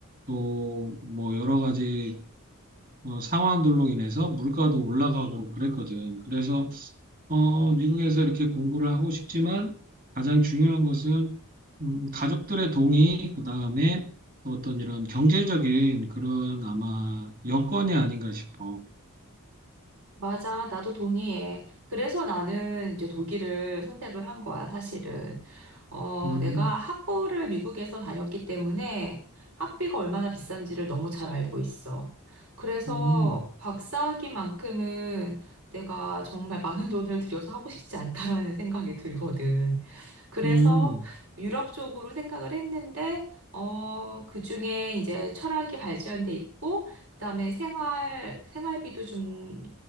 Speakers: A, on the right (about 40°); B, on the right (about 75°).
A: 또 뭐 여러 가지 어, 상황들로 인해서 물가도 올라가고 그랬거든. 그래서 어, 미국에서 이렇게 공부를 하고 싶지만 가장 중요한 것은 음, 가족들의 동의, 그 다음에 또 어떤 이런 경제적인 그런 아마 여건이 아닌가 싶어.
B: 맞아. 나도 동의해. 그래서 나는 이제 독일을 선택을 한 거야, 사실은. 어,
A: 음,
B: 내가 학부를 미국에서 다녔기 때문에 학비가 얼마나 비싼지를 너무 잘 알고 있어. 그래서
A: 음,
B: 박사학위만큼은 내가 정말 많은 돈을 들여서 하고 싶지 않다라는 생각이 들거든. 그래서
A: 음,
B: 유럽 쪽으로 생각을 했는데, 어, 그중에 이제 철학이 발전돼 있고, 그다음에 생활, 생활비도 좀